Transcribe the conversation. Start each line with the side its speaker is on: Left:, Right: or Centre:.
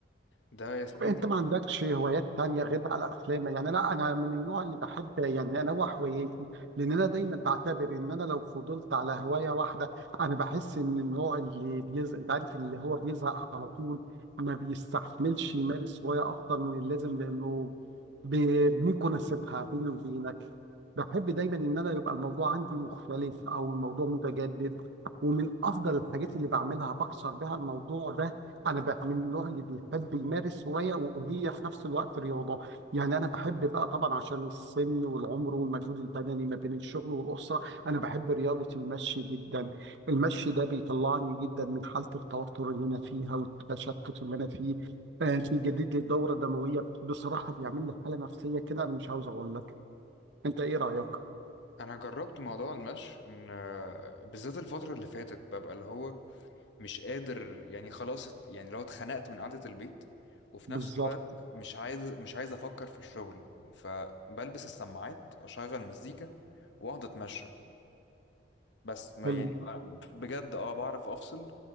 Left: ده يا سيدي
Right: انت ما عندكش هوايات تانية غير بقى الافلام يعني انا انا من النوع اللي بحب يعني انوع هواياتي لان انا دايما بعتبر ان انا لو فضلت على هواية واحدة انا بحس ان النوع اللي بيزهق انت عارف اللي هو بيزهق على طول ما بيستحملش يمارس هواية اكتر من اللازم لانه ب- ممكن اسيبها بيني وبينك بحب دايما ان انا يبقى الموضوع عندي مختلف او الموضوع متجدد ومن افضل الحاجات اللي بعملها بكسر بها الموضوع ده انا بقى من النوع اللي بيحب يمارس هوايه وهي في نفس الوقت رياضه يعني انا بحب بقى طبعا عشان السن والعمر والمجهود البدني ما بين الشغل والاسره انا بحب رياضه المشي جدا المشي ده بيطلعني جدا من حاله التوتر اللي انا فيها والتشتت اللي انا فيه آه، بيجدد لي الدوره الدمويه بصراحه بيعمل لي حاله نفسيه كده انا مش عاوز اقول لك انت ايه رايك
Left: انا جربت موضوع المشي ان آه، بالذات الفترة اللي فاتت ببقى اللي هو مش قادر يعني خلاص ات- يعني لو اتخنقت من قعدة البيت وفي
Right: بالظبط
Left: نفس الوقت مش عايز مش عايز افكر في الشغل فبلبس السماعات اشغل مزيكا واقعد اتمشى بس ما
Right: حلو
Left: يعني آه، بجد اه بعرف افصل